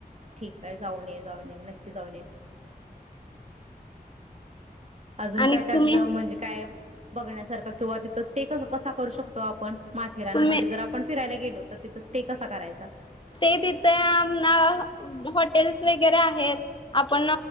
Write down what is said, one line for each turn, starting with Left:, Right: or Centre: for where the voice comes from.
Right: ठीक आहे. जाऊन येईन जाऊन येईन नक्की जाऊन येईन अजून
Left: आणि
Right: काय त्यातलं
Left: तुम्ही
Right: म्हणजे काय? बघण्यासारखा किंवा तिथं स्टे क कसा करू शकतो आपण माथेरानमध्ये
Left: तुम्ही
Right: जर आपण फिरायला गेलो तर तिथं स्टे कसा करायचा.
Left: ते तिथे ना हॉटेल्स वगैरे आहेत. आपण